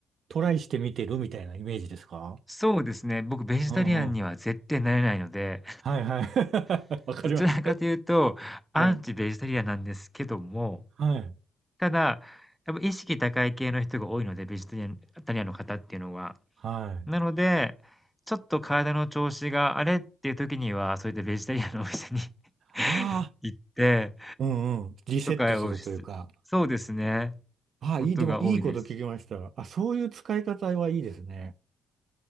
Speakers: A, on the right; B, in the centre.
A: トライしてみてるみたいなイメージですか
B: そうですね、僕ベジタリアンには絶対なれないので、
A: うんうん。はいはい。
B: <laughs>
A: <laughs> わかります。
B: どちらかというと、アンチベジタリアンなんですけども、
A: はい。はい。
B: ただ、やっぱ意識高い系の人が多いので、ベジタリアンタリアンの方っていうのは。
A: はい。
B: なので、ちょっと体の調子があれっていう時には、そういったベジタリアンのお店に <laughs>
A: ああ、
B: 行って
A: うんうん。リセットするというか。
B: とかをしそうですね。
A: ああ、
B: ことが多いです。
A: いい、でもいいこと聞きました。あ、そういう使い方はいいですね。